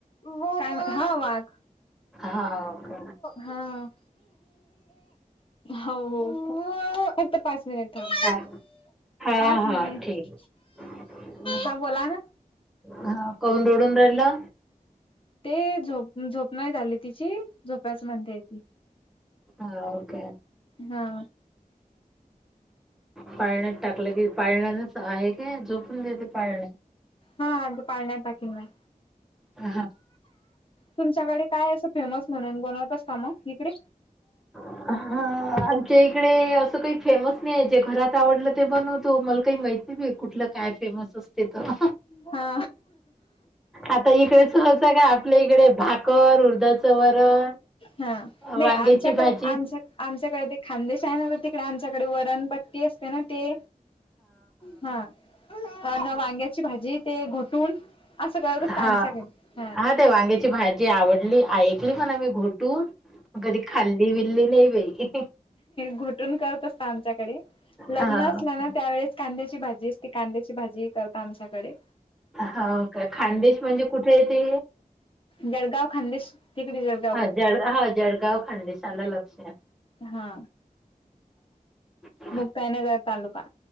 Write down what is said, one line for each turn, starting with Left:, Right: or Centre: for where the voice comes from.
Left: काय ह वाग
Centre: हो का.
Left: हा हो हो पाच मिनिट थांब
Centre: काय? हां,
Left: पाच मिनिट
Centre: हां. ठीक. हं.
Left: ह बोला ना.
Centre: हा कौन रडून राहिला?
Left: ते झोप झोप नाही झाली तिची झोप्याच म्हणते ती.
Centre: ह ओके.
Left: हा
Centre: पाळण्यात टाकलं की पाळण्याच आहे का झोपून देते पाळण्यात.
Left: हा अ पाळण्यात टिकिन पाय
Centre: हा
Left: तुमच्याकडे काय असं फेमस म्हणून बनवत असता मग इकडे?
Centre: हा आमच्या इकडे असं काही फेमस नाही आहे जे घरात आवडलं ते बनवतो मला काही माहित नाही कुठलं काय फेमस असते तर
Left: हा
Centre: आता इकडे चचं का आपल्या इकडे भाकर उर्धचं वरण.
Left: नाही
Centre: वांग्याची
Left: आमच्याकडे
Centre: भाजी
Left: आम आमच्याकडे ते खांदेशा तिकडे आ त्याच्याकडे वरणपट्टी असते ना ते हा ह ना वांग्याची भाजी ते घुटून असं करत असत
Centre: हा
Left: आमच्याकडे हा
Centre: ते वांग्याची भाजी आवडली ऐकली म्हणा आयकली मी घुटून कधी खाली बिल्ली नाही बाई.
Left: घुटून करत असत आमच्याकडे लग्न
Centre: हां
Left: असल्या
Centre: काय
Left: ना त्यावेेळेस कांद्याची भाजी अस त कांद्याची भाजी करता आमच्याकडे
Centre: हो काय खानदेश म्हणजे कुठे येते?
Left: जळगाव खानदे तिकडे. जळगावकडे
Centre: हा जळ हा जळगाव खांदशला लक्षात.
Left: हा
Centre: ह <unintelligible> <inaudible>
Left: मुक्ताईनगर तालुका